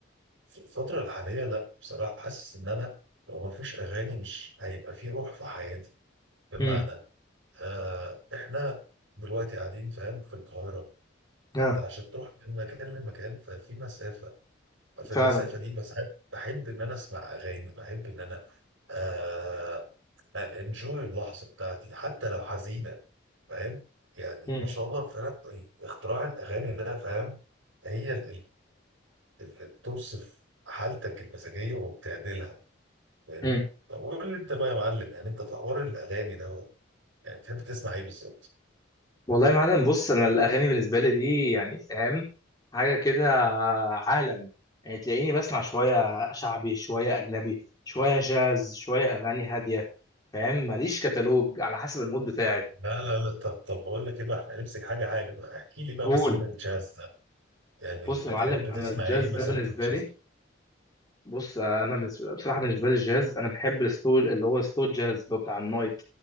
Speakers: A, on the right; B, on the left.
A: في الفترة الحالية لا بصراحة حاسس إن أنا لو مفيش أغاني مش هيبقى في روح في حياتي بمعنى
B: امم
A: آه إحنا دلوقتي قاعدين فاهم في القاهرة فأنت
B: اه
A: عشان تروح من مكان لمكان ففي مسافة ففي
B: فعلا
A: المسافة دي بس بحب بحب إن أنا أسمع أغاني بحب إن أنا آه أنجوي اللحظة بتاعتي حتى لو حزينة فاهم يعني
B: امم
A: ما شاء الله فعلا اختراع الأغاني ده فاهم هي بتوصف حالتك المزاجيه وبتعدلها فاهمني؟
B: امم
A: طب قول لي انت بقى يا معلم يعني انت في حوار الاغاني ده بقى، يعني بتحب تسمع ايه بالظبط؟
B: والله يا معلم بص انا الاغاني بالنسبه لي دي يعني فاهم حاجه كده عالم يعني تلاقيني بسمع شويه شعبي شويه اجنبي شويه جاز شويه اغاني هاديه فاهم ماليش كتالوج على حسب المود بتاعي
A: لا لا لا طب طب بقول لك ايه بقى احنا هنمسك حاجه حاجه بقى احكي لي بقى
B: قول
A: مثلا الجاز ده يعني
B: بص
A: بتحب
B: يا معلم انا
A: تسمع
B: الجاز
A: ايه
B: ده
A: مثلا
B: بالنسبه
A: في الجاز؟
B: لي بص انا بس- بصراحه بالنسبه لي الجاز انا بحب الستول اللي هو ستول جاز اللي هو بتاع النايت